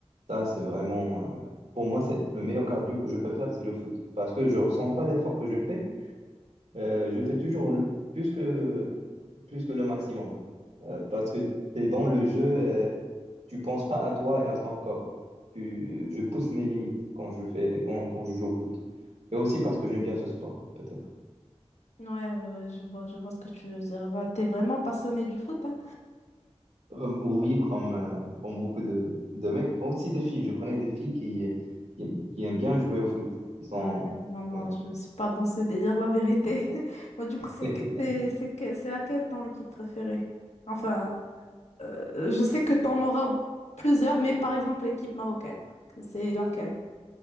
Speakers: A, on the right; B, on the left.
A: ça, c'est vraiment, euh, pour moi, c'est le meilleur cardio que je peux faire, c'est le foot. Parce que je ressens pas l'effort que je fais. Euh, je fais toujours le- plus que, plus que le maximum. Euh, parce que tu es dans le jeu, tu penses pas à toi et à ton corps. Tu, je pousse mes limites quand je fais, quand, quand je joue au foot. Et aussi parce que j'aime bien ce sport, peut-être.
B: Ouais, ouais, ouais, je vois, je vois ce que tu veux dire. Bah, t'es vraiment passionné du foot, hein?
A: Euh, oui, comme, euh, comme beaucoup de, de mecs, aussi des filles. Je connais des filles qui, qui, qui aiment bien jouer au foot. Ils sont,
B: Ouais, non, non,
A: ouais.
B: je ne suis pas dans ce délire, la vérité. <laughs> Moi, du coup, c'est
A: <laughs>
B: que- c'est c'est que- c'est laquelle ton équipe préférée? Enfin, euh, je sais que t'en auras plusieurs, mais par exemple, l'équipe marocaine, que c'est laquelle?